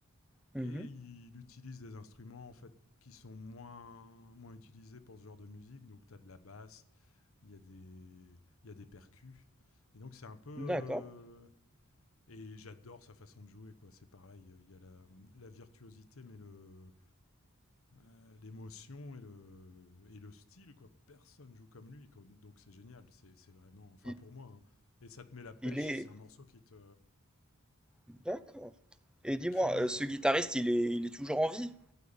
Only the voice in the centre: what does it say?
Mhm.
D'accord.
Il,
il est,
D'accord. Et dis-moi,
euh, ce guitariste, il est, il est toujours en vie?